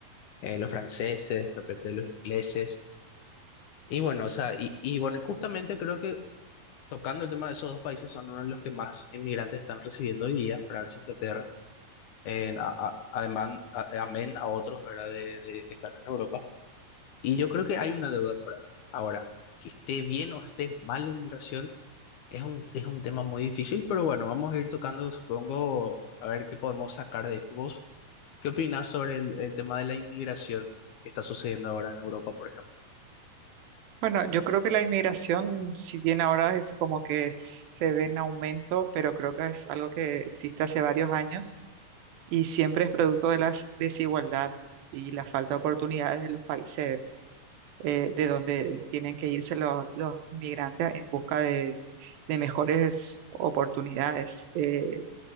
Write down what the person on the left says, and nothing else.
eh, los franceses, de repente los ingleses, y bueno, o sea, y, y bueno, y justamente creo que tocando el tema de esos dos países son uno de los que más inmigrantes están recibiendo hoy día, Francia e Inglaterra en- a- a- además, a- amén a otros, ¿verdad? De, de que están en Europa. Y yo creo que hay una deuda moral. Ahora, que esté bien o esté mal la inmigración es un, es un tema muy difícil, pero bueno, vamos a ir tocando, supongo, a ver qué podemos sacar de esto. ¿Vos qué opinás sobre el, el tema de la inmigración que está sucediendo ahora en Europa, por ejemplo?